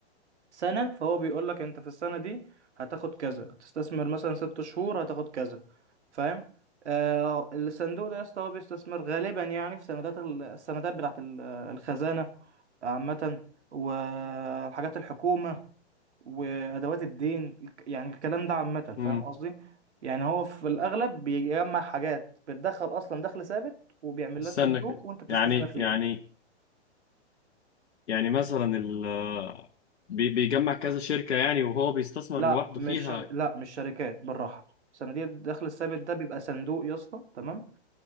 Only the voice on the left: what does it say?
امم
استنى
كده
يعني
يعني يعني مثلا ال بي- بيجمع كذا شركه يعني وهو بيستثمر
لوحده
فيها